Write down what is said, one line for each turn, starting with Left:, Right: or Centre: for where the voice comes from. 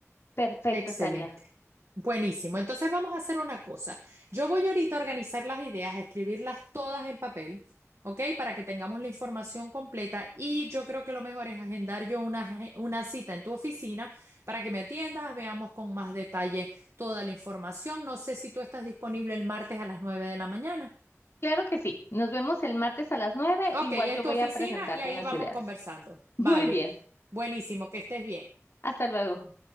Left: Perfecto,
Right: Excelente.
Left: estaría.
Right: Buenísimo. Entonces vamos a hacer una cosa. Yo voy ahorita a organizar las ideas, a escribirlas todas en papel, ¿ok? Para que tengamos la información completa y yo creo que lo mejor es agendar yo una, aje- una cita en tu oficina para que me atiendas, veamos con más detalle toda la información. No sé si tú estás disponible el martes a las 9 de la mañana.
Left: Claro que sí. Nos vemos el martes a las nueve.
Right: Ok,
Left: Igual
Right: en
Left: yo voy
Right: tu oficina
Left: a presentarte
Right: y ahí
Left: unas
Right: vamos
Left: ideas.
Right: conversando.
Left: <laughs> Muy
Right: Vale.
Left: bien.
Right: Buenísimo, que estés bien.
Left: Hasta luego.